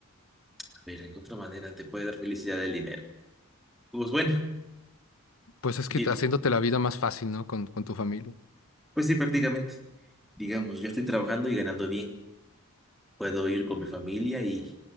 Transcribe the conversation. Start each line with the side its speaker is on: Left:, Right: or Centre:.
Centre: A ver, en otra manera te puede dar felicidad el dinero. Pues bueno,
Left: Pues es que
Centre: y-
Left: haciéndote la vida más fácil, ¿no? Con, con tu familia.
Centre: pues sí, prácticamente. Digamos, yo estoy trabajando y ganando bien. Puedo ir con mi familia y